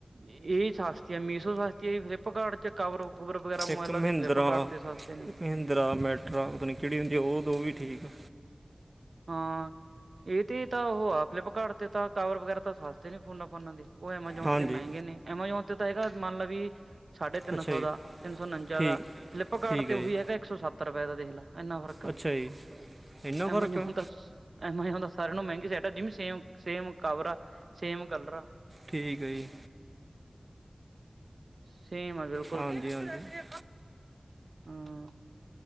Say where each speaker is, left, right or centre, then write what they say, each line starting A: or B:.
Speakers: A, on the right; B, on the right.
A: ਇਹਛ ਮੀਸ਼ੋ ਸਸਤੀ ਹੈ ਜ ਫਲਿੱਪਕਾਟ ਚ ਕਵਰ ਕੁੂਵਰ ਵਗੈਰਾ ਮਬਲ
B: ਇੱਕ ਮਹਿੰਦਰਾ
A: ਦੇ ਫਲਿੱਪਕਾਟ ਤੇ ਸਸਤੇ ਨੇ
B: ਮਹਿੰਦਰਾ ਮੈਟਰਰਾ ਪਤਾ ਨਹੀਂ ਕਿਹੜੀ ਹੁੰਦੀ ਉਹ ਤਾਂ ਉਹ ਵੀ ਠੀਕ ਆ
A: ਹਾਂ ਇਹ ਤੇ ਤਾਂ ਉਹ ਆ ਫਲਿੱਪਕਾਰਟ ਤੇ ਤਾਂ ਕਵਰ ਵਗੈਰਾ ਤਾਂ ਸਸਤੇ ਨੀ ਫੋਨ ਫੋਨਾਂ ਦੀ ਉਹ ਐਮਾਜੋਨ
B: ਹਾਂਜੀ
A: ਤੇ ਮਹਿੰਗੇ ਨੇ ਐਮਾਜੋਨ ਤੇ ਤਾਂ ਹੈਗਾ ਮੰਨ ਲਵ ਵੀ ਸਾਢੇ ਤਿੰਨ
B: ਅੱਛਾ
A: ਸੌ
B: ਜੀ
A: ਦਾ ਤਿੰਨ ਸੌ ਉੰਜਾ
B: ਠੀਕ
A: ਦਾ ਫਲਿੱਪਕਾਰਟ
B: ਠੀਕ
A: ਤੇ
B: ਹੈ
A: ਉਹੀ
B: ਜੀ
A: ਹੈਗਾ ਇੱਕ ਸੌ ਸੱਤ ਰੁਪਏ ਦਾ ਦੇਖ ਲ ਇਨਾ ਫਰਕਾ
B: ਅੱਛਾ ਜੀ ਇੰਨਾ ਫਰਕ
A: ਐਮ ਜ
B: ਆ
A: ਐਮ ਹੁੰਦਾ ਸਾਰਿਆਂ ਨੂੰ ਮਹਿੰਗੀ ਸੈਟ ਆ ਜਿਵੇ same same cover same colour
B: ਠੀਕ ਏ ਜੀ
A: ਸੇਮ ਅਗਰ
B: ਹਾਂਜੀ ਹਾਂਜੀ ਅਤੇ
A: ਹਾਂ